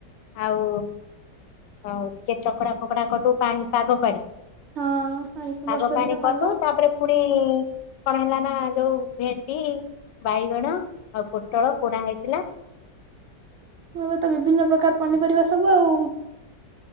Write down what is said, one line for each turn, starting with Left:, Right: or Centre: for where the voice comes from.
Left: ଆଉ, ଆଉ ଟିକେ ଚକଡା ଫକଡା କର୍ ଦବୀଲୁ ପାଣି ପାଗ ପାଣି।
Right: ହଁ ଆଜି ତ
Left: ଶାଗ
Right: ବର୍ଷା
Left: ପାଣି
Right: ଦିନ
Left: କଲୁ
Right: ପାଗ।
Left: ତାପରେ ପୁଣି କଣ ହେଲା ନା ଯୋଉ ଭେଣ୍ଡି ବାଇଗଣ ଆଉ ପୋଟଳ ପୋଡା ହେଇଥିଲା।
Right: ଏବେ ତ ବିଭିନ୍ନ ପ୍ରକାର ପନିପରିବା ସବୁ ଆଉ।